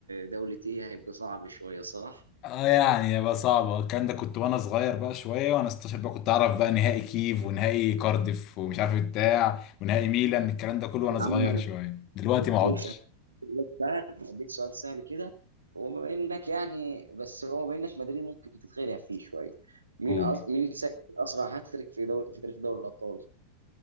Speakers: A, on the right; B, on the left.
A: دولة ايه هيبقى صعب شوية صح؟
B: اه يعني يبقى صعب الكلام ده كنت وانا صغير بقى شويه وانا 16 بقى كنت اعرف بقى نهائي كيف ونهائي كارديف ومش عارف بتاع ونهائي ميلان الكلام ده كله
A: طب
B: وانا
A: يا
B: صغير
A: عم
B: شويه دلوقتي
A: هديك
B: ما اقعدش
A: هديك سؤال هديك سؤال سهل كده هو بما انك يعني بس هو بما انك مدريد ممكن تتخدع فيه شويه مين
B: قول
A: أص... مين سجل اسرع هاتريك في دول... في تاريخ دوري الابطال؟